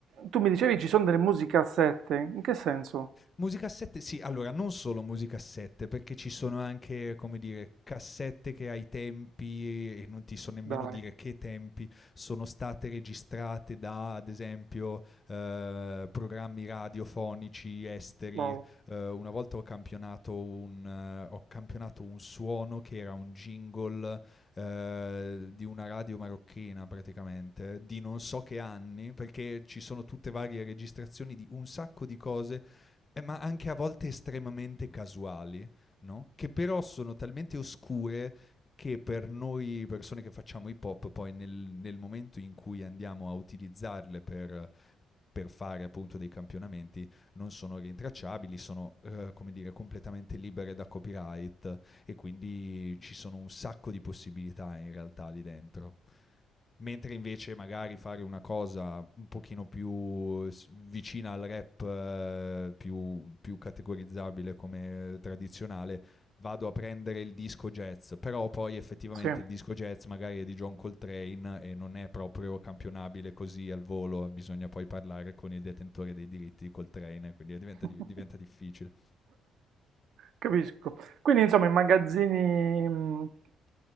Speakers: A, on the right; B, on the left.
A: tu mi dicevi ci sono delle musicassette, in che senso?
B: Musicassette, sì, allora non solo musicassette, perché ci sono anche, come dire, cassette che ai tempi, e non ti so nemmeno
A: Dai,
B: dire che tempi, sono state registrate da, ad esempio, eh, programmi radiofonici esteri.
A: wow,
B: Eh, una volta ho campionato un, eh, ho campionato un suono che era un jingle eh, di una radio marocchina praticamente, di non so che anni, perché ci sono tutte varie registrazioni di un sacco di cose eh, ma anche a volte estremamente casuali, no? Che però sono talmente oscure che per noi persone che facciamo hip hop, poi nel, nel momento in cui andiamo a utilizzarle per, per fare appunto dei campionamenti non sono rintracciabili, sono eh, come dire completamente libere da copyright e quindi ci sono un sacco di possibilità in realtà lì dentro. Mentre invece magari fare una cosa un pochino più s- vicina al rap, eh, più, più categorizzabile come tradizionale, vado a prendere il disco jazz, però poi effettivamente
A: sì.
B: il disco jazz magari è di John Coltrane e non è proprio campionabile così al volo, bisogna poi parlare con il detentore dei diritti di Coltrane, quindi diventa,
A: <laughs>
B: di- diventa difficile.
A: Capisco. Quindi, insomma, i magazzini, mh,